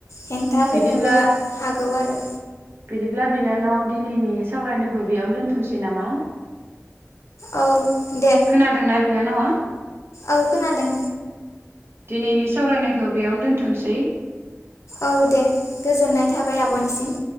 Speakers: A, on the left; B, on the right.
A: हेंथा
B: बिदिब्ला
A: होनोबो हागौ आरो।
B: बिदिब्ला बिनानाव दिनैनि सावरायनायखौ बेयावनो दोनथ'नोसै नामा।
A: औ दे
B: खोनादोंना बिनानावा।
A: औ खोनादों।
B: दिनैनि सावरायनायखौ बेयावनो दोनथ'सै।
A: औ दे गोजोननाय थाबाय आब'निसिम